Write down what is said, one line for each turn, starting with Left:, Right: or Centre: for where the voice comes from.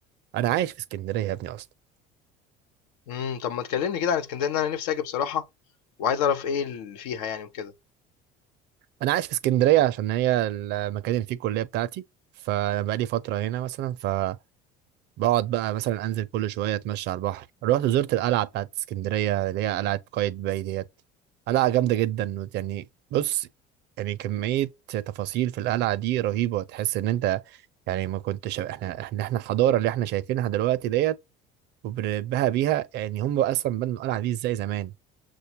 Right: انا عايش في اسكندريه يا ابني اصلا
Left: إمم، طب ما تكلّمني كده عن إسكندرية، لأن أنا نِفْسي آجي بصراحة وعايز أعرف إيه اللي فيها يعني وكده.
Right: انا عايش في اسكندريه عشان هي المكان اللي فيه الكليه بتاعتي فانا بقالي فتره هنا مثلا فبقعد بقى مثلا انزل كل شويه اتمشى على البحر رحت زرت القلعه بتاعت اسكندريه اللي هي قلعه قايتباي ديت قلعه جامده جدا يعني بص يعني كميه تفاصيل في القلعه دي رهيبه تحس ان انت يعني ما كنتش احنا احنا احنا الحضاره اللي احنا شايفينها دلوقتي ديت وبنبهى بيها يعني هم اصلا بنوا القلعه دي ازاي زمان